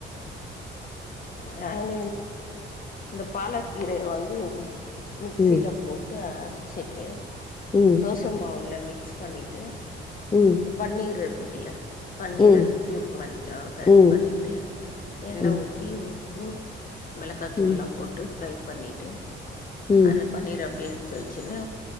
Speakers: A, on the left; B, on the left.
A: நான் இந்த பாலக்கீர வந்து மிக்சில
B: ம்
A: போட்டு அரைச்சிட்டு
B: ம்
A: தோசை மாவுல மிக் மிக்ஸ் பண்ணிட்டு
B: ம்
A: இந்த பன்னீர் இருக்குதுல்ல பன்னீரும்
B: ம்
A: கயூப் மாதிரி கட்
B: ம்
A: பண்ணிட்டு எண்ண
B: ம்
A: ஊத்தி உப்பு மிளகாய்த்தூள்ல்லாம்
B: ம்
A: போட்டு ஃப்ரை பண்ணிட்டு
B: ம்
A: அந்த பன்னீர் அப்படி எடுத்து வச்சுன்னா